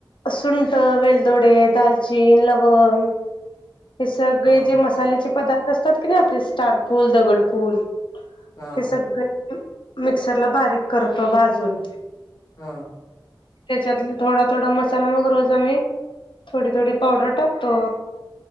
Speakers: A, on the left; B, on the left.
A: सुंट वेलदोडे दालचीन लवंग. हे सगळे
B: हा
A: जे मसाल्याचे पदार्थ असतात की ना आपले स्टारफूल, दगडफूल
B: हा
A: हे सगळे मिक्सरला बारीक करतो भाजून
B: हा.
A: त्याच्यात थोडा थोडा मसाला मग र हो आम्ही थोडी थोडी पावडर टाकतो.